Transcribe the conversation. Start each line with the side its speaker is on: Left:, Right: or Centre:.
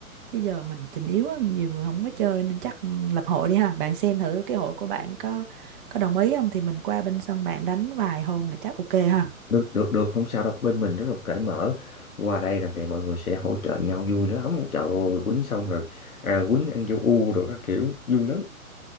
Right: chứ giờ mình trình yếu á nhiều người không có chơi nên chắc lập hội đi ha bạn xem thử cái hội của bạn có có đồng ý không thì mình qua bên sân bạn đánh vài hôm là chắc ok ha
Left: được được được không sao đâu bên mình rất là cởi mở qua đây là thì mọi người sẽ hỗ trợ nhau vui lắm trời ơi quýnh xong rồi à, quýnh ăn vô u rồi các kiểu vui lắm